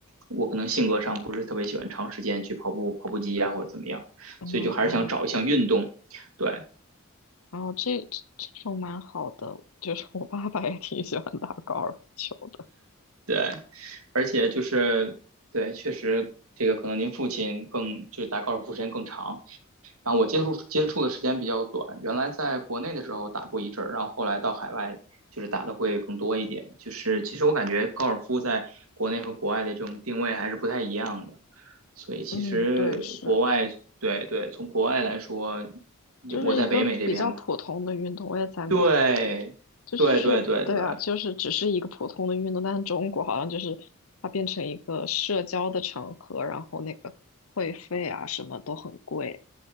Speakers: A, on the right; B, on the left.
A: 我可能性格上不是特别喜欢长时间去跑步、跑步机呀、或者怎么样，
B: 嗯嗯
A: 所以就还是想找一项运动。对
B: 然后这这这种蛮好的，就是我爸爸也挺喜欢打高尔夫球的。
A: 对，而且就是对，确实这个可能您父亲更就是打高尔夫时间更长，然后我接触接触的时间比较短，原来在国内的时候打过一阵儿，然后后来到海外。就是打的会更多一点，就是其实我感觉高尔夫在国内和国外的这种定位还是不太一样的。所以其实国外，
B: 嗯，对，是，
A: 对对，从国外来说，
B: 就是一个比较普通的运动。
A: 我在北美这边嘛，
B: 我也在美国，
A: 对，
B: 就是就是，
A: 对对对对
B: 对啊，就是只是一个普通的运动，但是中国好像就是它变成一个社交的场合，然后那个会费啊什么都很贵。